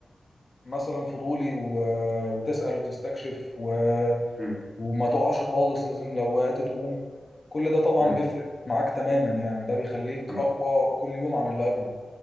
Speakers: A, on the left; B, on the right.
A: مثلا فضولي و... وتسأل وتستكشف و...
B: مم.
A: وما تقعش خالص لازم لو وقعت تقوم كل ده طبعا
B: مم.
A: بيفرق معاك تماما يعني ده بيخليك
B: مم.
A: اقوى كل يوم عن اللي قبله